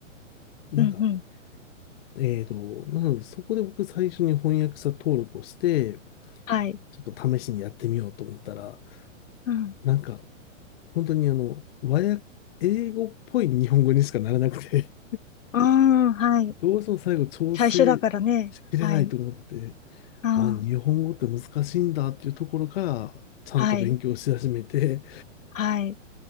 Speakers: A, on the left; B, on the left.
A: なんか、
B: うん。うん。
A: えーと、なのでそこで僕最初に翻訳者登録をして、
B: はい。
A: ちょっと試しにやってみようと思ったら、
B: うん。
A: なんか、本当にあの、和訳、英語っぽい日本語にしかならなくて、
B: ああ、はい。
A: どうしても最後調整しきれないと思って、
B: 最初だからね。はい。あ
A: あ、日本語って難しいんだっていうところから、ちゃんと勉強し始めて、
B: あ、はい。はい。